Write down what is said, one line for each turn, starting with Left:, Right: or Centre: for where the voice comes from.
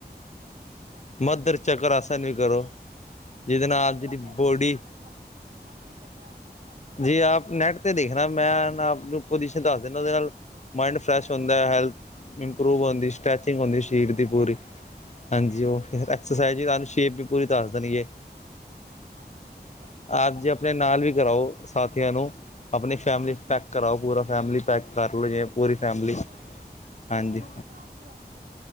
Right: ਹਾਂਜੀ-ਹਾਂਜੀ
Left: ਮਧਰ ਚੱਕਰ
Right: ਕੋਈ
Left: ਆਸਾਨ
Right: ਨੀ,
Left: ਵੀ ਕਰੋ। ਜਿਦੇ ਨਾ
Right: ਅੱਛਾ
Left: ਆਪ ਜੀ
Right: ਉਹ
Left: ਦੀ
Right: ਕਿਹੜਾ
Left: ਬੋਡੀ
Right: ਆਸਨ ਹੁੰਦਾ ਮ ਮਧੁਰ ਚੱਕਰ ਆਸਨ ਕਿਹੜਾ ਹੁੰਦਾ?
Left: ਜੇ ਆਪ ਨੈਟ ਤੇ ਦੇਖਣਾ ਮੈਂ ਨਾ ਆਪ ਨੂੰ ਪੁਜੀਸ਼ਨ ਦੱਸ ਦਿਨਾਂ ਉਹਦੇ ਨਾਲ ਮਾਇੰਡ ਫਰੈਸ਼ ਹੁੰਦਾ ਹੈਲਥ ਇਮਪਰੋਵ ਆਂਦੀ ਸ਼ ਸਟ੍ਰੈਚਿੰਗ
Right: ਠੀਕ
Left: ਹੁੰਦੀ ਸ਼ੀਰ
Right: ਹੈ
Left: ਦੀ
Right: ਜੀ।
Left: ਪੂਰੀ। ਹਾਂਜੀ ਉਹ ਫੇਰ ਐਕਸਰਸਾਈਜ਼ ਤਾਨੂੰ ਸ਼ੇਪ ਵੀ ਪੂਰੀ ਦੱਸ ਦੇਣਗੇ।
Right: ਹਾਂਜੀ ਸਈ ਗੱਲ ਆ।
Left: ਆਪ ਜੇ ਆਪਣੇ ਨਾਲ ਵੀ ਕਰਾਓ ਸਾਥੀਆਂ ਨੂੰ ਆਪਣੀ ਫੈਮਿਲੀ
Right: ਹਾਂਜੀ
Left: ਪੈਕ ਕਰਾਓ ਪੂਰਾ ਫੈਮਿਲੀ ਪੈਕ ਕਰ ਲਓ ਜੇ ਪੂਰੀ
Right: ਕੋਈ
Left: ਫੈਮਿਲੀ।
Right: ਨੀ ਕੋਈ ਨੀ।
Left: ਹਾਂਜੀ।
Right: ਤੁਸੀਂ ਯੋਗਾ ਕਲਾਸ ਲਗਾਉਂਦੇ ਹੋ?